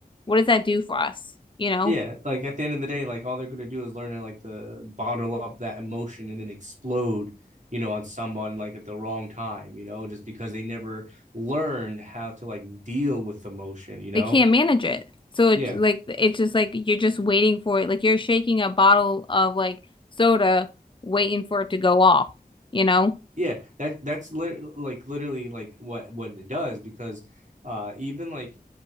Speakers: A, on the left (about 30°); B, on the right (about 50°).
A: what does that do for us? You know,
B: yeah. Like at the end of the day, like all they're gonna do is learn to like the bottle up that emotion and then explode you know, on someone like at the wrong time, you know, just because they never learned how to like deal with emotion, you know.
A: they can't manage it. So it's
B: Yeah.
A: like it's just like you're just waiting for it. Like you're shaking a bottle of like soda, waiting for it to go off. You know,
B: Yeah. That that's lit like literally like what what it does because uh even like